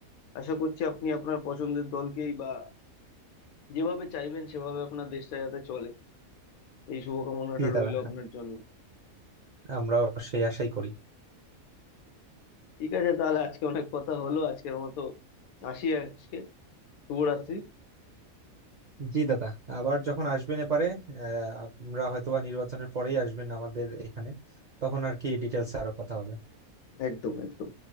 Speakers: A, on the left; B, on the right.
A: আশা করছি আপনি আপনার পছন্দের দলকেই বা যেভাবে চাইবেন সেভাবে আপনার দেশটা যাতে চলে এই শুভকামনাটা
B: জি
A: রইল
B: দাদা
A: আপনার
B: হ্যাঁ
A: জন্য
B: আমরাও সেই আশাই করি
A: ঠিক আছে তাহলে আজকে অনেক কথা হলো আজকের মতো আসি আজকে শুভরাত্রি
B: জি দাদা আবার যখন আসবেন এপারে আহ, আমরা হয়তোবা নির্বাচনের পরেই আসবেন আমাদের এখানে তখন আর কি ডিটেলস আরো কথা হবে
A: একদম একদম